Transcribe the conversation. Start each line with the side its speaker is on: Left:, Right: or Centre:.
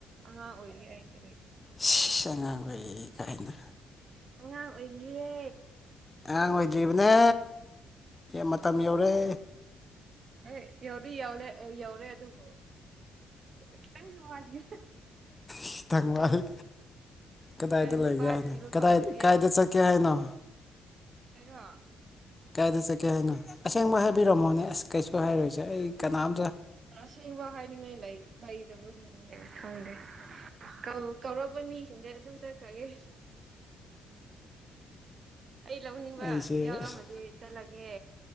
Right: ꯑꯉꯥꯡ ꯑꯣꯏꯔꯤꯌꯦ ꯑꯩ ꯀꯔꯤ
Left: ꯏꯁ ꯑꯉꯥꯡ ꯑꯣꯏꯔꯤꯌꯦ ꯀꯥꯏꯅ
Right: ꯑꯉꯥꯡ ꯑꯣꯏꯔꯤꯌꯦ
Left: ꯑꯉꯥꯡ ꯑꯣꯏꯗ꯭ꯔꯤꯕꯅꯦ ꯃꯇꯝ ꯌꯧꯔꯦ
Right: ꯍꯦ ꯌꯧꯗꯤ ꯌꯧꯔꯦ ꯌꯧꯔꯦ ꯑꯗꯨꯕꯨ ꯈꯤꯇꯪꯗꯤ ꯋꯥꯠꯂꯤ ꯍꯥ ꯍꯥ
Left: ꯈꯤꯇꯪ ꯋꯥꯠꯂꯤ ꯀꯗꯥꯏꯗ
Right: ꯅꯨꯄꯥ
Left: ꯂꯩꯒꯦ ꯍꯥꯏꯅꯣ
Right: ꯊꯤꯕ
Left: ꯀꯗꯥꯏꯗ
Right: ꯐꯪꯗ꯭ꯔꯤ
Left: ꯀꯥꯏꯗ ꯆꯠꯀꯦ ꯍꯥꯏꯅꯣ
Right: ꯑꯩꯔꯣ
Left: ꯀꯥꯏꯗ ꯆꯠꯀꯦ ꯍꯥꯏꯅꯣ ꯑꯁꯦꯡꯕ ꯍꯥꯏꯕꯤꯔꯝꯃꯣꯅꯦ ꯑꯁ ꯀꯩꯁꯨ ꯍꯥꯏꯔꯨꯁꯦ ꯑꯩ ꯀꯅꯥꯝ
Right: ꯑꯁꯦꯡꯕ ꯍꯥꯏꯅꯤꯡꯉꯥꯏ ꯂꯩ ꯂꯩꯇꯕꯒꯤꯅꯤꯅꯦ ꯈꯪꯗꯦ ꯀꯧ ꯀꯧꯔꯛꯄ ꯃꯤꯁꯤꯡꯗ ꯑꯗꯨꯝ ꯆꯠꯈ꯭ꯔꯒꯦ ꯑꯦ ꯂꯧꯅꯤꯡꯕ
Left: ꯑꯩꯁꯦ
Right: ꯌꯥꯎꯔꯝꯃꯗꯤ
Left: ꯑꯁ
Right: ꯆꯠꯂꯒꯦ